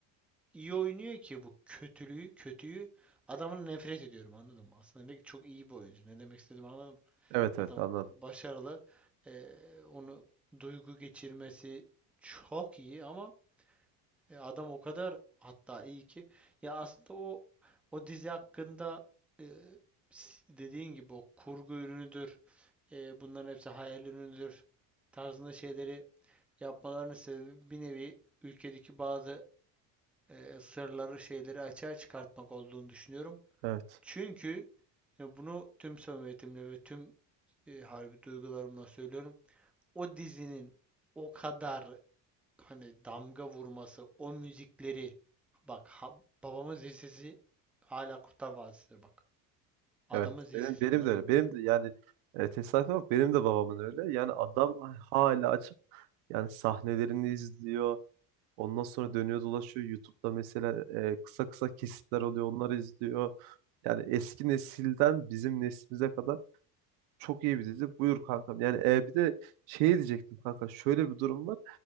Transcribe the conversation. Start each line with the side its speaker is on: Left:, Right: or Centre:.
Centre: iyi oynuyor ki bu kötülüğü, kötüyü adamın nefret ediyorum anladın mı? Aslında ne, çok iyi bir oyuncu. Ne demek istediğimi anladım.
Right: Evet
Centre: Adam
Right: evet anladım.
Centre: başarılı. E, onu duygu geçirmesi çok iyi ama E, adam o kadar hatta iyi ki ya aslında o o dizi hakkında e, s- dediğin gibi o kurgu ürünüdür. e, bunların hepsi hayal ürünüdür tarzında şeyleri yapmalarının sebebi bir nevi ülkedeki bazı e, sırları şeyleri açığa çıkartmak olduğunu düşünüyorum.
Right: Evet.
Centre: Çünkü e, bunu tüm samimiyetimle ve tüm e, harbi duygularımla söylüyorum. O dizinin o kadar hani damga vurması, o müzikleri bak ha- babamın zil sesi hala Kurtlar Vadisi'dir bak. Adamın
Right: Evet.
Centre: zil
Right: Benim
Centre: sesi
Right: benim
Centre: anladım.
Right: de öyle. Benim de yani e, tesadüfe bak benim de babamın öyle. Yani adam hala açıp yani sahnelerini izliyor. Ondan sonra dönüyor dolaşıyor. YouTube'da mesela e, kısa kısa kesitler oluyor. Onları izliyor. Yani eski nesilden bizim neslimize kadar Çok iyi bir dizi. Buyur kankam. Yani e, bir de şey diyecektim kanka. Şöyle bir durum var.